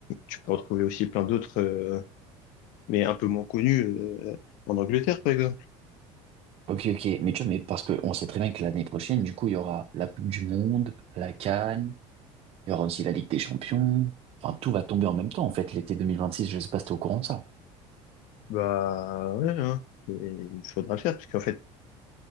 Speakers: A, on the left (about 70°); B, on the right (about 45°).
A: Tu peux retrouver aussi plein d'autres, euh, mais un peu moins connus euh, en Angleterre par exemple.
B: Ok, ok, mais tu vois, mais parce qu'on sait très bien que l'année prochaine, du coup, il y aura la Coupe du Monde, la CAN, il y aura aussi la Ligue des Champions. Enfin, tout va tomber en même temps, en fait, l'été 2026, je sais pas si t'es au courant de ça.
A: Bah ouais, hein. Mais il faudra le faire parce qu'en fait,